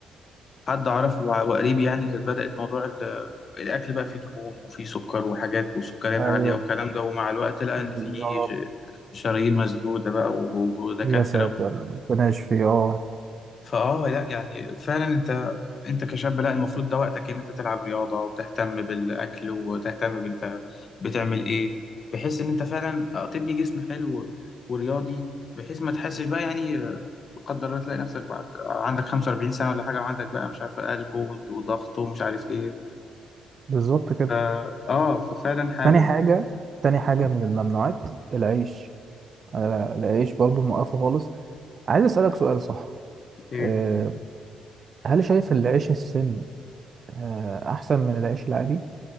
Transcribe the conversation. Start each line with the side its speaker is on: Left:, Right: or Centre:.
Left: حد اعرفه وع- وقريب يعني كانت بدأت موضوع ال- الاكل بقى فيه دهون وفيه سكر وحاجات وسكريات
Right: ايوه
Left: عالية والكلام ده ومع الوقت لقى
Right: بالظبط
Left: ان فيه ش- شرايين مسدودة بقى و- ودكاترة
Right: يا ساتر
Left: و-
Right: ربنا يشفيه اه
Left: فاه لا يعني فعلا انت انت كشاب لا المفروض ده وقتك ان انت تلعب رياضة وتهتم بالاكل وتهتم بانت بتعمل ايه بحيث ان انت فعلا آه، تبني جسم حلو ورياضي بحيث ما تحسش بقى يعني قدر الله تلاقي نفسك بعد عندك 45 سنة ولا حاجة وعندك بقى مش عارف قلب وض- وضغط ومش عارف ايه
Right: بالظبط كده
Left: فا- اه ففعلا حاول
Right: تاني حاجة تاني حاجة من الممنوعات العيش آه، العيش برضو موقفه خالص عايز أسألك سؤال صح
Left: ايه
Right: آه، هل شايف العيش السن آه، أحسن من العيش العادي